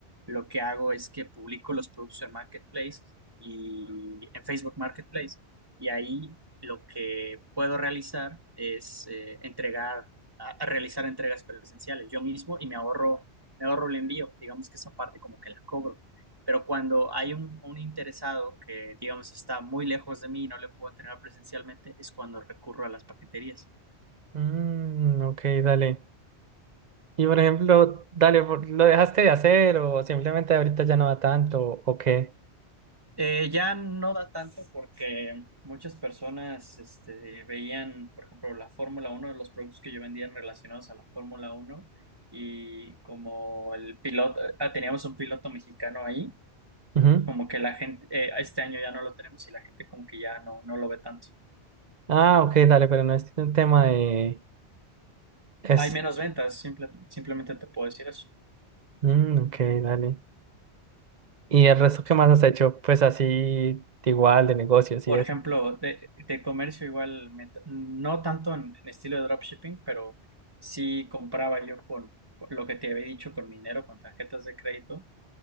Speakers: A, on the right; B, on the right.
A: lo que hago es que publico los productos en Marketplace y en Facebook Marketplace. Y ahí lo que puedo realizar es eh, entregar, a- a realizar entregas presenciales yo mismo y me ahorro, me ahorro el envío. Digamos que esa parte como que la cobro. Pero cuando hay un, un interesado que, digamos, está muy lejos de mí y no le puedo entregar presencialmente, es cuando recurro a las paqueterías.
B: Mm, ok, dale. Y por ejemplo, dale, por- ¿lo dejaste de hacer o simplemente ahorita ya no va tanto o qué?
A: Eh, ya no da tanto porque muchas personas este, veían, por ejemplo, la Fórmula uno de los productos que yo vendía relacionados a la Fórmula uno y como el piloto, eh, ah, teníamos un piloto mexicano ahí,
B: Ujú.
A: como que la gente, eh, este año ya no lo tenemos y la gente como que ya no, no lo ve tanto.
B: Ah, ok, dale, pero no es un tema de... Es...
A: Hay menos ventas, simple- simplemente te puedo decir eso.
B: Mm, ok, dale. ¿Y el resto qué más has hecho? Pues así, igual, de negocios
A: Por
B: y eso.
A: ejemplo, de, de comercio igual, me t- no tanto en, en estilo de dropshipping, pero sí compraba yo con, con lo que te había dicho, con mi dinero, con tarjetas de crédito,